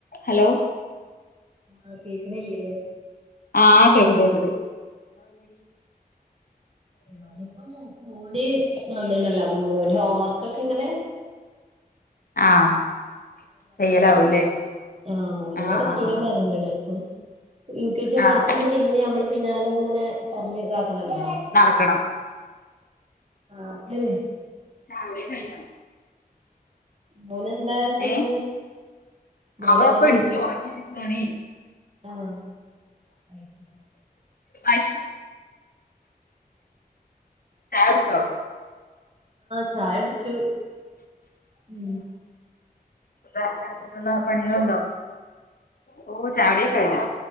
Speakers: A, on the left; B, on the right.
A: ഹലോ
B: ആഹ കേക്കാനില്ല
A: ആഹ് കേക്കട്ടെ കേക്കട്ട
B: ആരുപ്പ മോന <inaudible> നന്നീണല്ലോ അപ്പ മോന് ഹോം വർക്ക്ൊക്കെ എങ്ങനെയ
A: ആഹ് ചെയ്യലാവൂല്ലേ
B: <inaudible> ആഹ മോനതോടെ
A: ആഹ് ആഹ്
B: ചെയ്യാൻ പറഞ്ഞടേ അപ്പം യുകെജി
A: ആഹ്
B: പഠത്തുന്നിരുന്ന് നമ്മള് പിന്നാലെങ്ങന പറഞ്ഞ ഇതാക്കണല്ലോ
A: നടക്കണം
B: ആ അെ
A: ചായകുടി കഴിഞ്ഞോ?
B: മോന എന്താ ചെയ്യണ്?
A: ഏഹ്
B: മോൻ
A: അവ
B: എന്താ
A: ഇപ്പടിച്ച്
B: ചെയ്യുന്ന?
A: ഒറങ്ങി എണീച്ചതാണേ
B: ആഹ അ ശരി
A: അശ ചായ കുടിച്ചോ
B: <inaudible> ചായടിച്ചു ഉ
A: രാത്ക്കുള്ള പണികളുണ്ടോ ഓ ചായ കുടി കഴിഞ്ഞ്